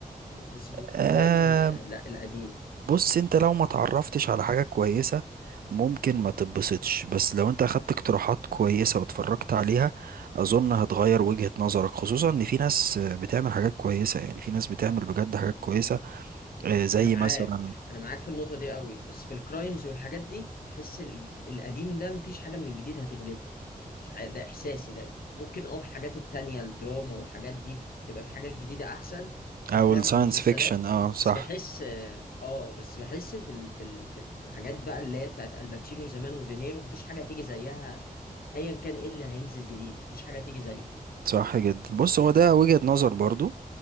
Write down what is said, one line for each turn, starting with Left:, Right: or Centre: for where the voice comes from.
Left: يعني بحس في الافلام
Right: آه
Left: آه، لا القديم
Right: بص انت لو ما تعرفتش على حاجة كويسة ممكن ما تتبسطش بس لو انت اخدت اقتراحات كويسة واتفرجت عليها اظن هتغير وجهة نظرك خصوصا ان في ناس آه، بتعمل حاجات كويسة يعني في ناس بتعمل بجد حاجات كويسة آه زي
Left: انا معاك
Right: مثلا
Left: انا معاك في النقطه دي قوي بس في الكرايمز والحاجات دي بحس ال- القديم ده مفيش حاجه من الجديد هتغلبه مش عارف ده احساسي ده ممكن اه في الحاجات التانية الدراما والحاجات دي تبقى في حاجات جديده احسن افلام
Right: او الساينس
Left: او مسلسلات
Right: فيكشن اه صح
Left: بس بحس اه آه، بس بحس في ال... في ال... في الحاجات بقى اللي هي بتاعت الباتشينو زمان ودينيرو مفيش حاجه هتيجي زيها ايا كان ايه اللي هينزل جديد مفيش حاجه هتيجي زيه
Right: صح جدا بص هو ده وجهة نظر برضو